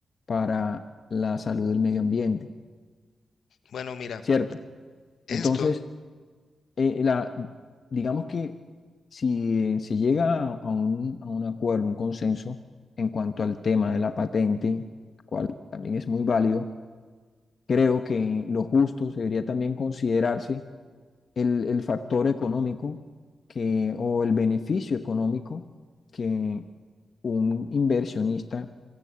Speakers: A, on the left; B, on the left.
A: para la salud del medio ambiente,
B: Bueno, mira,
A: ¿cierto?
B: esto,
A: Entonces, eh, la, digamos que si se llega a, a un, a un acuerdo, un consenso en cuanto al tema de la patente, cual también es muy válido, creo que lo justo debería también considerarse el, el factor económico que, o el beneficio económico que un inversionista